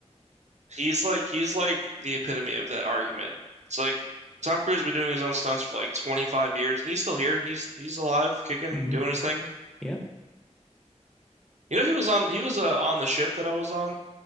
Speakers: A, on the right; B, in the centre.
A: he's like he's like the epitome of that argument. It's like Tom Cruise has been doing his own stunts for like 25 years, and he's still here. He's he's alive, kicking,
B: <laughs> hmm
A: doing his thing.
B: Yeah,
A: You know, he was on he was uh, on the ship that I was on.